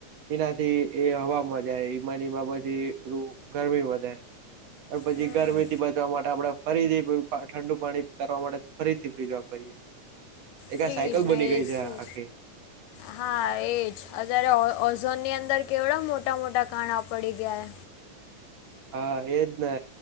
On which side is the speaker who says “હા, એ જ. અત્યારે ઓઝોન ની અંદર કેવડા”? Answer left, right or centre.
Left